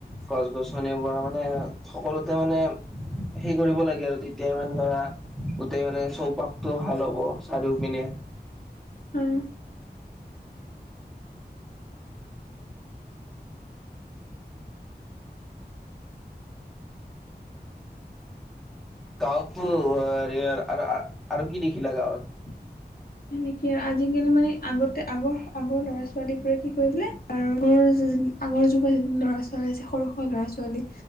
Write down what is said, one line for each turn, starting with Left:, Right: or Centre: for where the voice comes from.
Centre: গছ-গছনি পৰা মানে সকলোতে মানে সেই কৰিব লাগে আৰু তেতিয়া মানে কৰা গোটেই মানে চৌপাশতটো ভাল হ'ব চাৰিও পিনে।
Left: হয়।
Centre: গাঁৱততো আৰ-আৰ-আৰ আৰু কি দেখিলা গাঁৱত?
Left: সেনেকে আজিকালি মানে আগতে আগৰ - আগৰ ল'ৰা ছোৱালীবোৰে কি কৰিলে আৰু যে আগৰ যুগৰ যি ল'ৰা ছোৱালী আছে সৰু সুৰা ল'ৰা ছোৱালী